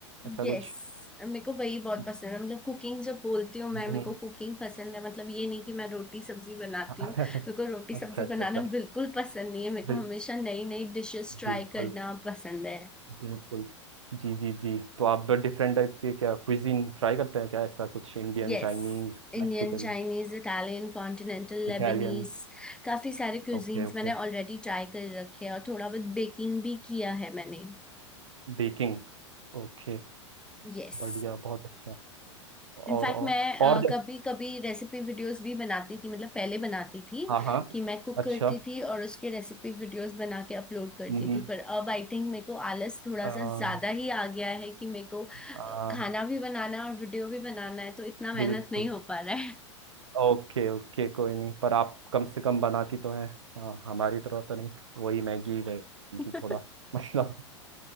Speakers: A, on the right; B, in the centre.
A: ऐसा
B: यस
A: कुछ
B: मेरे को वही बहुत
A: हम्म
B: पसंद है मतलब कुकिंग जब बोलती हूँ मैं
A: हम्म।
B: मेरे को कुकिंग पसंद है मतलब ये नहीं कि मैं रोटी सब्जी बनाती
A: हाँ, <laughs>
B: हूँ मेरे को रोटी
A: अच्छा
B: सब्जी
A: अच्छा
B: बनाना
A: अच्छा
B: बिल्कुल पसंद नहीं है मेरे को
A: बिल,
B: हमेशा नई नई डिशेस ट्राई
A: बिल्कुल
B: करना पसंद है
A: बिल्कुल जी जी जी तो आप डिफरेंट टाइप के क्या क्विजीन ट्राई करते हैं क्या ऐसा कुछ Indian
B: Yes
A: Chinese
B: Indian
A: Mexican
B: Chinese Italian continental Lebanese
A: Italian
B: काफी सारे क्यूजीन्स
A: Okay okay
B: मैंने ऑलरेडी ट्राई कर रखे हैं और थोड़ा बहुत बेकिंग भी किया है मैंने
A: Baking Okay
B: यस
A: बढ़िया बहुत अच्छा और
B: इनफैक्ट
A: और
B: मैं अ,
A: और जैसे
B: कभी कभी रेसिपी वीडियोस भी बनाती थी मतलब पहले बनाती थी
A: हाँ हाँ
B: कि मैं कुक
A: अच्छा
B: करती थी और उसके रेसिपी वीडियोस बना के अपलोड करती
A: हम्म हम्म।
B: थी पर अब आई थिंक मेरे को आलस थोड़ा
A: आ,
B: सा ज्यादा ही आ गया है कि मेरे को
A: आ,
B: अ, खाना भी बनाना है और वीडियो भी बनाना है तो इतना मेहनत
A: बिल्कुल
B: नहीं हो पा रहा है
A: ओके ओके कोई नहीं पर आप कम से कम बनाती तो हैं हाँ, हमारी तरह तो नहीं वही मैगी वैगी
B: <laughs>
A: थोड़ा <laughs> मतलब